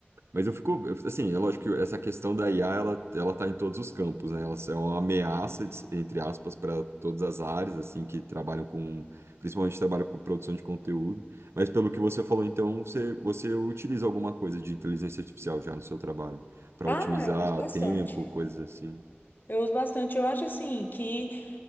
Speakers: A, on the right; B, on the left.
A: Mas eu fico, eu- assim, é lógico que essa questão da IA, ela, ela tá em todos os campos, né? Ela é uma ameaça, de- entre aspas, para todas as áreas, assim, que trabalham com, principalmente trabalham com produção de conteúdo. Mas pelo que você falou, então, você, você utiliza alguma coisa de inteligência artificial já no seu trabalho, para
B: Ah,
A: otimizar
B: eu uso bastante.
A: tempo, coisas assim.
B: Eu uso bastante. Eu acho assim que